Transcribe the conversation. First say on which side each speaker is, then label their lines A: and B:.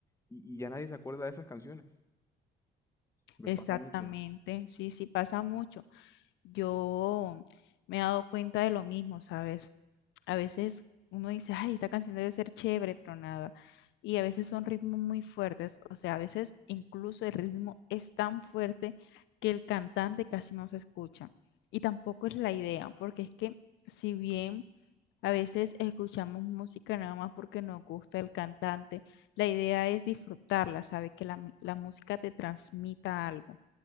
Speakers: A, on the left; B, on the left.
A: y, y ya nadie se acuerda de esas canciones. Me
B: exactamente,
A: pasa mucho.
B: sí, sí pasa mucho. Yo me he dado cuenta de lo mismo, ¿sabes? A veces uno dice, ay, esta canción debe ser chévere, pero nada. Y a veces son ritmos muy fuertes, o sea, a veces incluso el ritmo es tan fuerte que el cantante casi no se escucha. Y tampoco es la idea, porque es que si bien a veces escuchamos música nada más porque nos gusta el cantante, la idea es disfrutarla, ¿sabes? Que la, mu- la música te transmita algo.